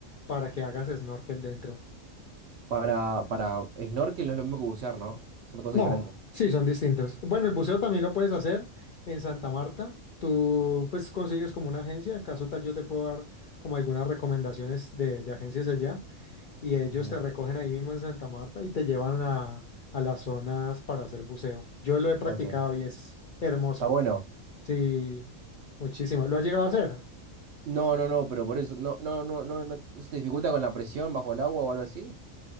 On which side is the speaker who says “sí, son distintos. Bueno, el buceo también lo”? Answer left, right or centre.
Left